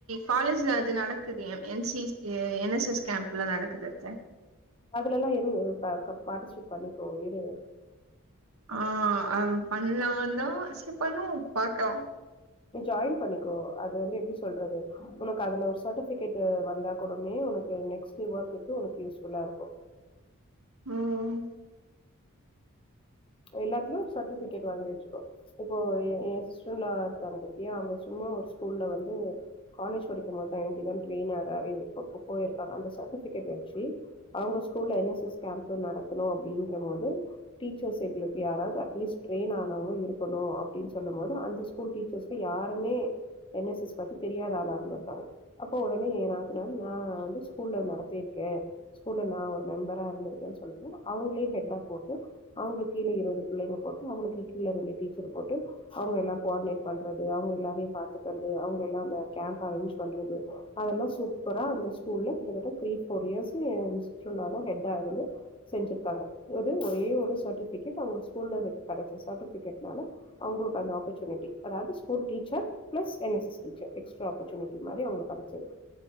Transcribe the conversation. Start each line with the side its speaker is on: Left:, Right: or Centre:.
Right: காலேஜ்ல அது நடக்குது என்சி என்எஸ்எஸ் கேம்ப்ல நடக்குது அத்த
Left: அதுலலாம் இரு பாடிஸ்பே பண்ணிக்கோ இரு
Right: ஆஹ் பண்லாதான் சேரி பண்ணுவோம் பாக்கலாம்
Left: ஜாய்ன் பண்ணிக்கோ அது வந்து எப்டி சொல்றது உனக்கு அதுல ஒரு சரிபிகேட் வந்தா கூடமே உனக்கு நெக்ஸ்ட்வொர்க்கு உனக்கு யூஸ்ஃபுல்லா இருக்கும்
Right: ம்
Left: எல்லாத்துகுமே சர்பிகேட் வாங்கி வச்சுக்கோ இப்போ என் சிஸ்டரில்லா இருக்காங்க பாத்தியா அவுங்க சும்மா ஒரு ஸ்கூல்ல வந்து காலேஜ் படிக்கும்போதுதான் எப்டிதான் ரெய்னராயி போயிருக்காங்க அந்த சர்டிபிகேட் வச்சு அவுங்க ஸ்கூலஎன்எஸ் எஸ் கே நடத்தணும் அப்படின்னும்போது டீச்சர்ஸ் எங்களுக்கு யாராவது அட்லீஸ்ட் ட்ரெயின் ஆனவங்களும் இருக்கணும் அப்படின்னு சொல்லும் போது அந்த ஸ்கூல் டீச்சர்ஸ்கு யாருமே என்எஸ்எஸ் பத்தி தெரியாத ஆளாகலும் இருக்காங்க அப்போ உடனே என் நாத்தனார் ஆகுனால நான் வந்து ஸ்கூல்ல நடத்தியிருக்கேன் ஸ்கூல்ல நான் ஒரு மெம்பரா இருந்திருக்கேன்னு சொல்ல போ அவங்களே ஹெட்டா போட்டு அவுங்களுக்கு கீழ இருவது பிள்ளைங்க போட்டு அவுங்களுக்கு கீழ ரெண்டு டீச்சர் போட்டு அவுங்க எல்லாம் கோவ்டினேட் பண்றது அவுங்க எல்லாரையும் பாத்துக்கறது அவுங்க எல்லாம் அந்த கேம்ப் அரேஞ்ச் பண்றது அதெல்லாம் சூப்பரா அந்த ஸ்கூல்ல கிட்டதட்ட த்ரீ ஃபோர் இயர்ஸ்ல்ல சிஸ்டரில்லா ஹெட்டா இருந்து செஞ்சிருக்காங்க ஒரேஒரு ஒரு சர்டிபிகேட் அவுங்க ஸ்கூல்ல கெடைக்கும் சர்டிபிகேட்னால அவுங்களோட அந்த ஆப்சோனட்டி அதாவது school teacher plus N S S teacher extra opportunity மாரி அவுங்களுக்கு கெடைச்சது